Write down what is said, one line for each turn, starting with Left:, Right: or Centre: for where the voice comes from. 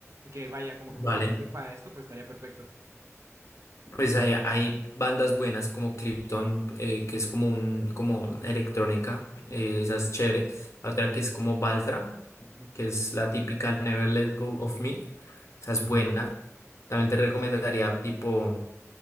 Right: que vaya como
Left: Vale.
Right: que puedas servir para esto pues estaría perfecto.
Left: Pues hay, hay bandas buenas como Krypton, eh, que es como un, como electrónica, eh, esa es chévere. Otra que es como Baltra, que es la típica Never Let Go of Me, esa es buena. También te recomendaría tipo,